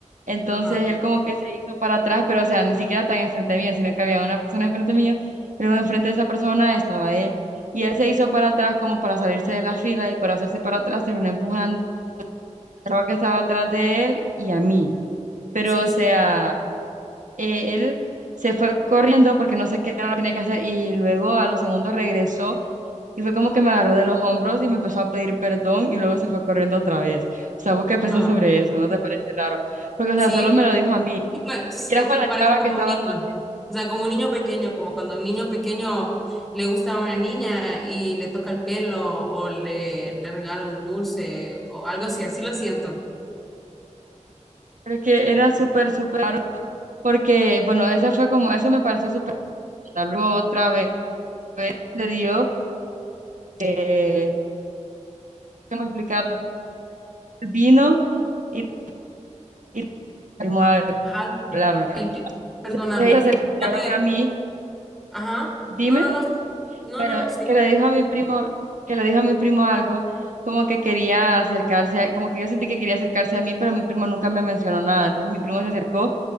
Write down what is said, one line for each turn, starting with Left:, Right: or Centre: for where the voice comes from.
Right: Entonces
Centre: ajá.
Right: él como que se hizo para atrás, pero o sea, ni siquiera tan enfrente mío, sino que había una persona enfrente mío, luego enfrente de esa persona estaba él. Y él se hizo para atrás como para salirse de la fila y por hacerse para atrás terminó empujando chava que estaba atrás de él y a mí. Pero,
Centre: Sí,
Right: o sea,
Centre: sí,
Right: eh, él se fue corriendo porque no sé qué era lo que tenía que hacer y luego a los segundos regresó y fue como que me agarró de los hombros y me empezó a pedir perdón y luego se fue corriendo otra vez. O sea, ¿vos qué pensás
Centre: no,
Right: sobre eso? ¿No te parece raro? Porque, o
Centre: sí,
Right: sea, solo me
Centre: pero
Right: lo dijo a mí.
Centre: es que pa- es
Right: Ni siquiera fue
Centre: que
Right: a la
Centre: parece
Right: chava
Centre: como
Right: que estaba
Centre: un niño.
Right: atrás,
Centre: O sea, como un niño pequeño, como cuando un niño pequeño le gusta a una niña y le toca el pelo o le, le regala un dulce o algo así, así lo siento.
Right: pero es que era súper, súper raro porque, bueno, esa fue como, eso me pareció súper raro. luego otra vez, se dio, eh, ¿cómo explicarlo? Vino. y y mismo a
Centre: Ajá,
Right: hablarme.
Centre: ¿el qué? Perdóname.
Right: Entonces, ellos se acercaron
Centre: No te,
Right: a mí,
Centre: ajá,
Right: dime,
Centre: no, no, no, no,
Right: bueno,
Centre: no, no, sé.
Right: que le dijo a mi primo, que le dijo a mi primo algo, como que quería acercarse, a- como que yo sentí que quería acercarse a mí, pero mi primo nunca me mencionó nada. Entonces mi primo se acercó